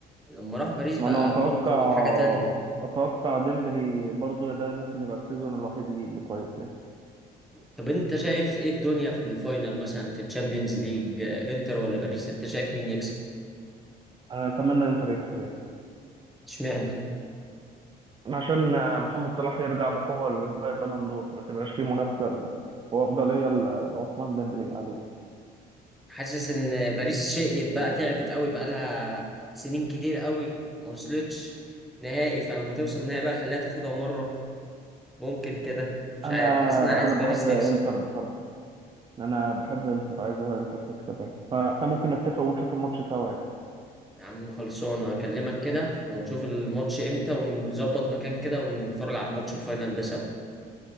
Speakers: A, in the centre; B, on the right.
A: لما راح باريس بقى
B: وأنا أتوقع
A: برضو حاجة تانية
B: أتوقع ديمبلي برضو ده ممكن يبقى السيزون الوحيد ليه اللي كويس يعني
A: طب انت شايف ايه الدنيا في الفاينل مثلا في الشامبيونز ليج آه، انتر ولا باريس انت شايف مين يكسب
B: أنا أتمنى إنتر يكسب يعني
A: اشمعنى
B: عشان آه، محمد صلاح يرجع بقوة لسباق البالون دور ما تبقاش فيه منافسة ل- وأفضلية ل- لعثمان ديمبلي عليه
A: حاسس ان باريس شقيت بقى تعبت قوي بقى لها سنين كتير قوي ما وصلتش نهائي فلما توصل النهائي بقى خليها تاخدها مرة ممكن كده مش
B: أنا
A: عارف حاسس ان انا عايز
B: أنا
A: باريس
B: بحب
A: تكسب
B: إنتر بصراحة أنا بحب إنتر عايز إنتر تكسب يعني فإحنا ممكن نتفق ونشوف الماتش سوا يعني
A: يا عم خلصانة أكلمك كده ونشوف الماتش إمتى ونظبط مكان كده ونتفرج على الماتش الفاينل ده سوا